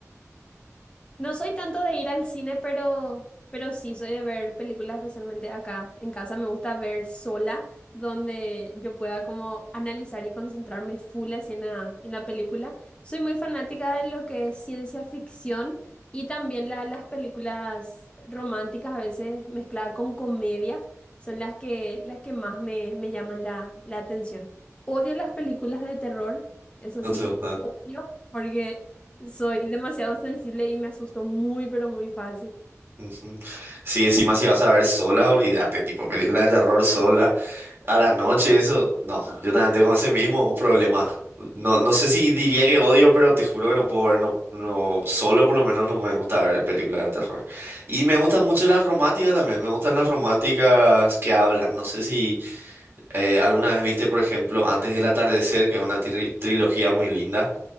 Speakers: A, on the left (about 20°); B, on the right (about 45°).
A: No soy tanto de ir al cine, pero, pero sí soy de ver películas, especialmente acá en casa. Me gusta ver sola, donde yo pueda como analizar y concentrarme full así en la, en la película. Soy muy fanática de lo que es ciencia ficción y también la- las películas románticas, a veces mezcladas con comedia, son las que, las que más me, me llaman la, la atención. Odio las películas de terror, eso
B: No
A: sí,
B: te gustan.
A: odio, porque... Soy demasiado sensible y me asusto muy, pero muy fácil.
B: Ujú. Sí, encima si vas a ver sola, olvídate, tipo película de terror sola. A la noche, eso, no, yo también tengo ese mismo problema. No, no sé si diría que odio, pero te juro que no puedo ver, no, no, solo por lo menos no me gusta ver películas de terror. Y me gustan mucho las románticas también, me gustan las románticas que hablan. No sé si eh, alguna vez viste, por ejemplo, Antes del atardecer, que es una tri- trilogía muy linda